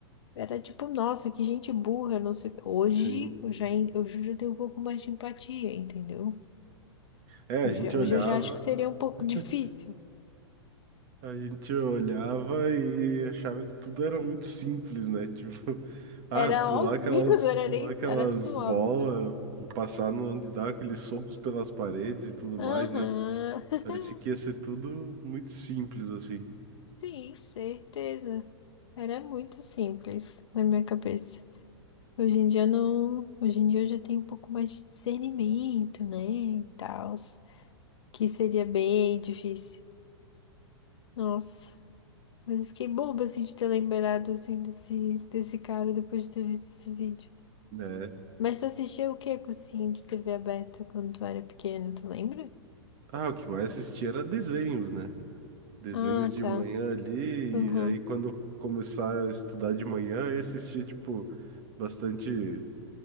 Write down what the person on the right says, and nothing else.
sim.
É, a
gente
olhava,
<laughs>
a gente olhava e achava que tudo era muito simples, né? Tipo, <laughs> ah,
pular
aquelas,
pular
aquelas
bolas,
passar no onde dá aqueles socos pelas paredes e tudo
mais, né?
Parecia que ia ser tudo muito simples, assim,
né?
Ah, o que mais assistia era desenhos, né? Desenhos
de
manhã ali,
e aí quando eu começar a estudar de manhã, aí assistia, tipo, bastante